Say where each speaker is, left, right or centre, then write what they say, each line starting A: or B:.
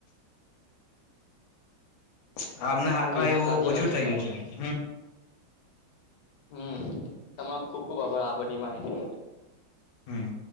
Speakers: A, on the left (about 70°); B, on the left (about 85°).
A: <inaudible> અમને હાલમાં
B: એ તો
A: એવું
B: સાચી
A: ઓછું
B: વાત
A: થઇ
B: તમારી
A: ગયું છે હ.
B: હમ તમારો ખુબ ખુબ આભાર આ બધી માહિતી.
A: હમ્મ.